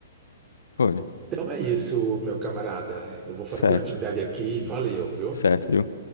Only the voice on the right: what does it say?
Então é isso, meu camarada. Eu vou fazer
uma atividade aqui. Valeu, viu?